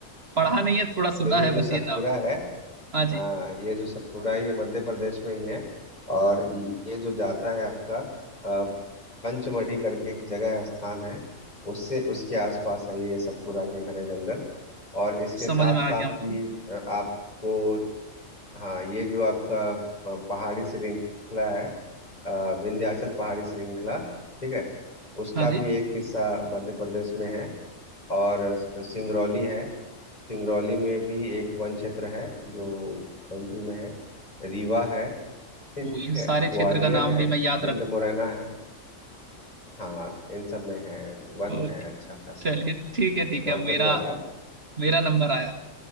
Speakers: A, on the right; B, on the left.
A: पढ़ा नहीं है थोड़ा सुना
B: तो ये
A: है
B: जो
A: बस
B: सतपुरा
A: ये नाम
B: है
A: हाँ जी
B: हाँ ये जो सतपुरा है ये मध्य प्रदेश में ही है और ये जो जाता है आपका अ, पंचमढ़ी करके एक जगह है स्थान है उससे उसके आसपास है ये सतपुरा के घने जंगल और इसके
A: समझ
B: साथ
A: में आ
B: साथ
A: गया मुझे
B: भी अ, आपको हाँ ये जो आपका अ, पहाड़ी श्रृंखला है अ, विंध्याचल पहाड़ी श्रृंखला ठीक है उसका
A: हाँ जी
B: भी एक हिस्सा मध्य प्रदेश में है और सिंगरौली है सिंगरौली में भी एक वन क्षेत्र है जो एमपी में है रीवा है ठीक
A: वो इन
B: है
A: सारे क्षेत्र
B: ग्वालियर
A: का नाम
B: है
A: भी मैं याद
B: भिंड
A: रखूंगा
B: मुरैना है हाँ इन सब में है वन
A: ओके
B: है अच्छा खासा
A: चलिए
B: है
A: ठीक है ठीक
B: बहुत
A: है मेरा
B: बढ़िया यार
A: मेरा नंबर आया